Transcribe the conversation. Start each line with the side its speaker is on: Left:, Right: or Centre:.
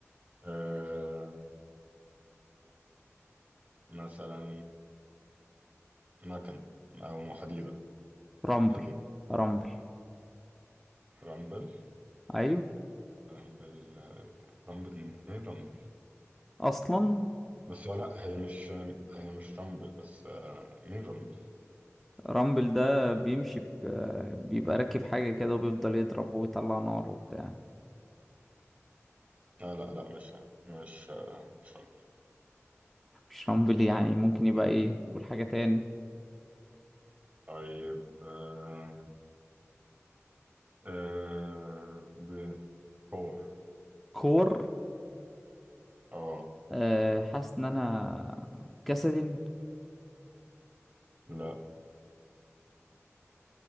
Right: أه... مثلا مكنة أو حديدة
Centre: رامبل
Right: حديدة
Centre: رامبل
Right: رامبل
Centre: ايوه
Right: رامبل آه، رامبل مين رامبل
Centre: اصلا
Right: بس لا هي مش هي مش رامبل بس آه، مين رامبل
Centre: رامبل ده بيمشي ب... بيبقى راكب حاجة كده وبيفضل يضرب ويطلع نار وبتاع
Right: لا لا لا مش هي. مش آه، مش رامبل
Centre: مش رامبل يعني ممكن يبقى ايه قول حاجة تاني
Right: طيب آه، آه، ب- كور
Centre: كور
Right: اه
Centre: أه حاسس ان انا كاسدين
Right: لا